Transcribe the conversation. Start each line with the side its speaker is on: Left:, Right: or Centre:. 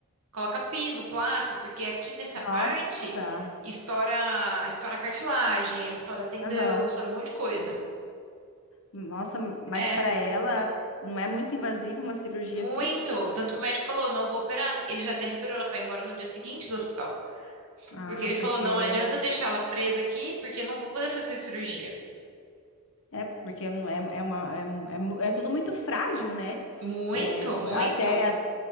Right: coloca pino, placa, porque aqui nessa parte
Left: Nossa.
Right: estoura, estoura cartilagem, ele estoura tendão,
Left: Aham.
Right: estoura um monte de coisa.
Left: Nossa, mas
Right: É,
Left: para ela não é muito invasiva uma cirurgia
Right: muito.
Left: assim?
Right: Tanto que o médico falou, não vou operar. Ele já até liberou ela para ir embora no dia seguinte do hospital.
Left: Ah,
Right: Porque ele falou,
Left: porque
Right: não adianta eu deixar ela presa aqui, porque eu não vou poder fazer cirurgia.
Left: é porque é, é é uma é, é, mu- é tudo muito frágil, né?
Right: Muito,
Left: É, p-
Right: muito.
Left: até a-